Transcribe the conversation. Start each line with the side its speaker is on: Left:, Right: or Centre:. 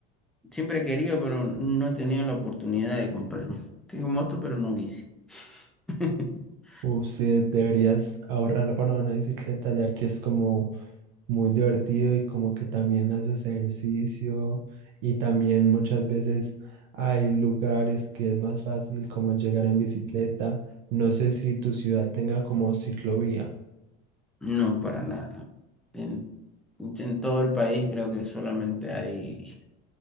Centre: Siempre he querido, pero no he tenido la oportunidad de comprarme. Tengo moto, pero no bici. <laughs>
Right: Uf, sí, deberías ahorrar para una bicicleta ya que es como Muy divertido y como que también haces ejercicio y también muchas veces hay lugares que es más fácil como llegar en bicicleta. No sé si tu ciudad tenga como ciclovía.
Centre: No, para nada. En, en todo el país creo que solamente hay